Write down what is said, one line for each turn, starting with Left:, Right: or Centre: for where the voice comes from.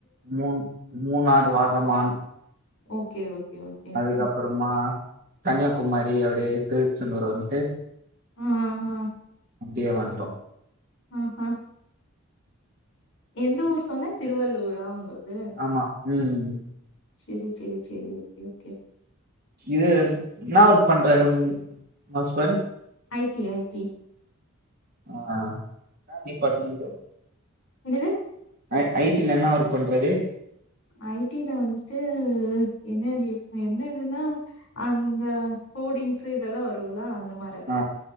Right: மூன் Munnar Vagamon
Left: okay okay okay
Right: அதுக்கப்புறமா
Left: செரி <inaudible>
Right: கன்னியாகுமாரி அப்டியே திருச்செந்தூர் வந்துட்டு
Left: ஆ ஆ
Right: அப்டியெ வன்ட்டோ
Left: ஆஹ எந்த ஊர் சொன்ன திருவள்ளூரா உங்கள்து
Right: ஆமா ம்
Left: சேரி சேரி சேரி ஓகே ஓகே
Right: இது என்னா ஒர்க் பண்றாரு உங் husband
Left: I T I T
Right: ஆ என்னா‌ டிபார்ட்மென்ட்டு
Left: என்னது
Right: ஐ ஐ டி ல என்ன ஒர்க் பண்றாரு
Left: ஐ டில வந்துட்டு என்னடி என்னதுன்னா அந்த கோடிங்ஸு இதெல்லா வருல்ல அந்த மார
Right: ஆ